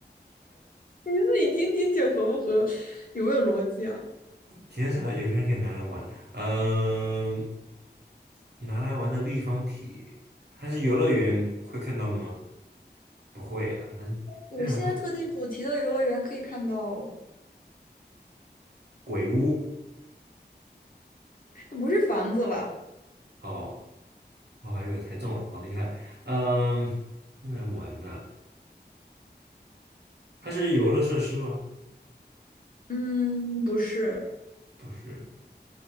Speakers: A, on the left; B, on the right.
A: 你自己听听这合不合，有没有逻辑啊？
B: 停车场有些人可以拿来玩，嗯、拿来玩的立方体，它是游乐园会看到的吗？不会啊，它是日常说
A: 有些特定主题的游乐园可以看到，
B: 鬼屋
A: 它不是房子了，
B: 哦，我还以为猜中了，好厉害，嗯、用来玩的，它是游乐设施吗？
A: 嗯，不是，
B: 不是，